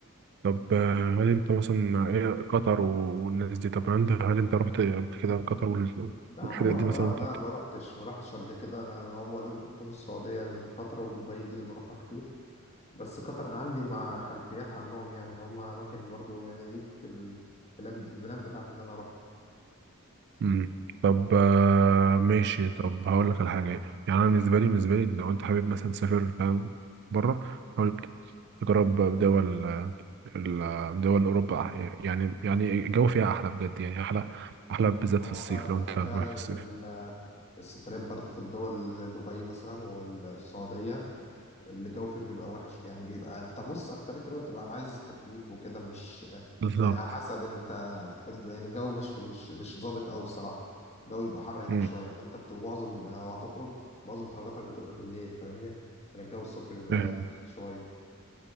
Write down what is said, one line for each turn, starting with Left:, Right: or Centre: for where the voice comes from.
Right: طب آه، هل انت مثلا ايه قطر و- والناس دي طب عندها هل انت رحت قبل كده قطر وال-
Left: لا
Right: والحاجات
Left: أنا ما
Right: دي
Left: ما
Right: مثلا
Left: رح-
Right: طب
Left: لا ما رحتش ما رحتش قبل كده أنا هو اللي رحتهم السعودية من فترة ودبي دي اللي بروحها كتير بس قطر عندي مع خلفيات عنهم يعني ان هم اماكن برضو يعني دي في ال... في البلان في البلان بتاعتي ان انا اروح
Right: مم. طب آه، ماشي طب هقول لك على حاجه يعني انا بالنسبه لي بالنسبه لي لو انت حابب مثلا تسافر فاهم بره حاول تجرب دول ال- دول اوروبا أح- يعني يعني الجو فيها احلى بجد يعني احلى احلى بالذات
Left: هو
Right: في الصيف
Left: فعلا
Right: لو انت رايح
Left: فعلا
Right: في الصيف
Left: ال- السفريات برضو في الدول زي دبي مثلا والسعودية الجو فين بيبقى وحش يعني بيبقى انت بص اكتر الوقت بتبقى عايز تكييف وكده مش
Right: بالظبط
Left: يعني على حسب انت بتحب يعني الجو مش مش مش ظابط قوي الصراحة الجو بيبقى حر هناك
Right: مم.
Left: شوية فانت بتبقى معظم لو هتخرج معظم خروجاتك بتبقى بالليل فاهمني عشان الجو الصبح بيبقى
Right: فاهم
Left: تقيل شوية